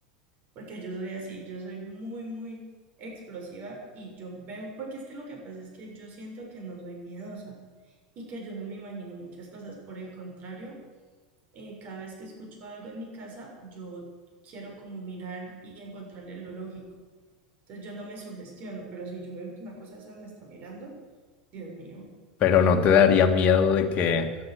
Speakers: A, on the right (about 45°); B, on the left (about 40°).
A: Porque yo soy así, yo soy muy, muy explosiva y yo veo, porque es que lo que pasa es que yo siento que no soy miedosa y que yo no me imagino muchas cosas. Por el contrario eh, cada vez que escucho algo en mi casa, yo quiero como mirar y encontrarle lo lógico. Entonces yo no me sugestiono, pero si yo veo que una cosa esa me está mirando, Dios mío,
B: Pero no te daría miedo de que,